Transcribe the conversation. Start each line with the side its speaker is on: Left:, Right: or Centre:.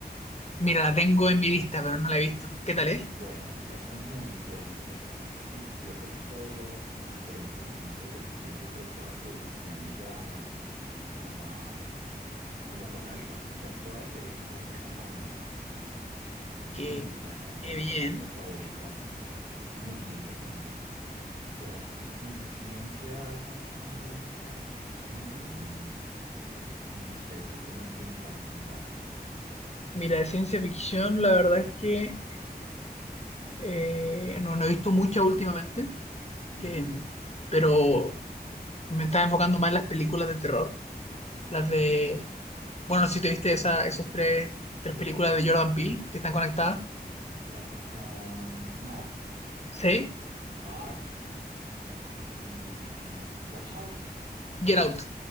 Left: Mira, la tengo en mi lista, pero no la he visto. ¿Qué tal es?
Right: Bueno, esa es muy buena porque te cuenta como siete historias en diferentes momentos del tiempo, pero todas eh, están ligadas como a, como con algo. O sea, todas se, se conectan con algo. Es
Left: Qué,
Right: muy buena, es
Left: qué
Right: de mis
Left: bien.
Right: películas favoritas, muy linda también. Pero así como de ciencia, más, más, más ciencia ficción. No sé, ¿tú qué más tienes para recomendarme?
Left: Mira, de ciencia ficción, la verdad es que eh, no, no he visto mucha últimamente,
Right: Ujú.
Left: eh, pero me estaba enfocando más en las películas de terror. Las de. Bueno, si te viste esa, esos tres, tres películas de Jordan Peele que están conectadas.
Right: La que son Nope,
Left: Sí,
Right: Us y Watch Out.
Left: Get Out.